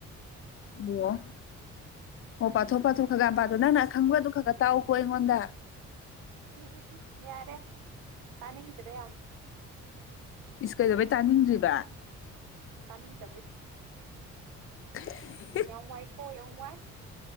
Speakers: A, on the left; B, on the right.
A: ꯑꯣ ꯑꯣ ꯄꯥꯊꯣꯛ ꯄꯥꯊꯣꯛ ꯈꯔ ꯈꯔ‌‌ꯌꯥꯝ ꯄꯥꯊꯣꯛꯑꯣ ꯅꯪ ꯈꯪꯕꯗꯨꯣ ꯈꯔ ꯈꯔ ꯇꯥꯛꯎꯀꯣ ꯑꯩꯉꯣꯟꯗ
B: ꯎꯝ ꯎꯝ ꯎꯝ ꯌꯥꯔꯦ ꯇꯥꯅꯤꯡꯗ꯭ꯔꯦ ꯌꯥꯝ
A: ꯏꯁ ꯀꯩꯗꯧꯕꯩ ꯇꯥꯅꯤꯡꯗ꯭ꯔꯤꯕ
B: ꯇꯥꯅꯤꯡꯗꯕꯩ
A: <inaudible>
B: ꯌꯥꯝ ꯋꯥꯏ ꯀꯣ ꯌꯥꯝ ꯋꯥꯏ